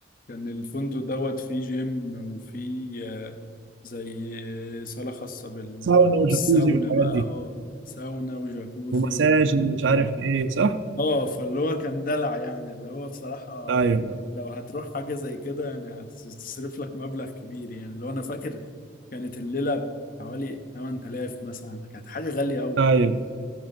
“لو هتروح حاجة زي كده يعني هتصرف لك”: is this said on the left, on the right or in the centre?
Left